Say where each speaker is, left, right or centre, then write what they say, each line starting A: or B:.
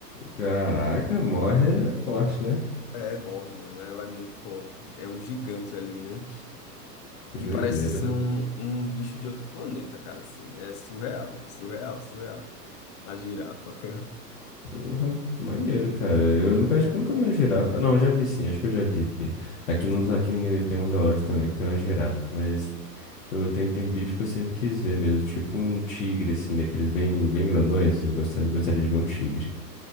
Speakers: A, on the left; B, on the left.
A: Caraca, morre é forte, né?
B: É, morre, mano. Ela é muito forte. É um gigante ali, né?
A: Que doideira.
B: E parece ser um, um bicho de outro planeta, cara. Assim, é surreal, surreal, surreal. A girafa. <laughs>
A: Porra, maneiro, cara. Eu nunca, acho que eu nunca vi uma girafa. Não, já vi sim, acho que eu já vi aqui. Aqui no aqui em- tem uns zoológico também que tem uma girafa, mas eu tenho, tem bicho que eu sempre quis ver mesmo, tipo um tigre, assim, daqueles bem, bem grandões. Eu gostaria, eu gostaria de ver um tigre.